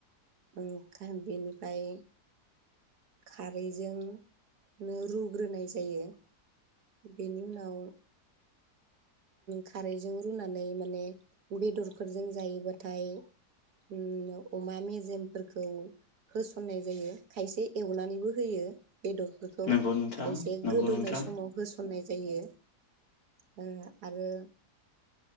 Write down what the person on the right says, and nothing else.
ओंखाय बेनिफ्राय खारैजोंनो रुग्रोनाय जायो। बेनि उनाव खारैजों रुनानै माने बेदरफोरजों जायोबाथाय ओम अमा मेजेमफोरखौ होसन्नाय जायो, खायसे एवनानैबो होयो। बेदरफोरखौ,
खायसे
गोदौनाय
समाव होस सननाय जायो। ओ आरो